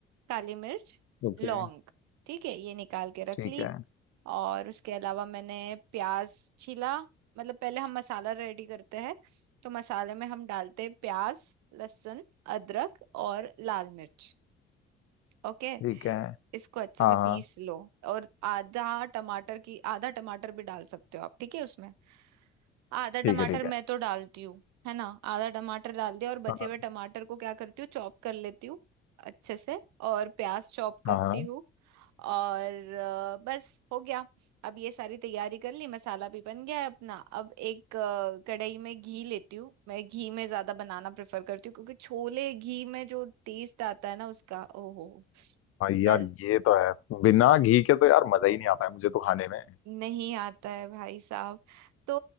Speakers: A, on the right; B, on the left.
A: काली मिर्च
B: ओके
A: लौंग ठीक है ये निकाल के रख
B: ठीक
A: ली
B: है
A: और उसके अलावा मैंने प्याज छीला मतलब पहले हम मसाला रेडी करते हैं तो मसाले में हम डालते हैं प्याज लहसुन अदरक और लाल मिर्च ओके
B: ठीक है
A: इसको अच्छे
B: हाँ
A: से पीस
B: हाँ
A: लो और आधा टमाटर की आधा टमाटर भी डाल सकते हो आप ठीक है उसमें आधा टमाटर
B: ठीक है ठीक
A: मैं
B: है
A: तो डालती हूँ है ना आधा टमाटर डाल दिया और बचे
B: हाँ हाँ
A: हुए टमाटर को क्या करती हूँ चॉप कर लेती हूँ अच्छे से और प्याज चॉप करती
B: हाँ
A: हूँ और अ, बस हो गया अब ये सारी तैयारी कर ली मसाला भी बन गया है अपना अब एक अ, कढ़ाई में घी लेती हूँ मैं घी में ज्यादा बनाना प्रेफर करती हूँ क्योंकि छोले घी में जो टेस्ट आता है ना उसका ओहो स्मेल
B: हाँ, यार ये तो है बिना घी के तो यार मजा ही नहीं आता है मुझे तो खाने में
A: नहीं आता है भाई साहब तो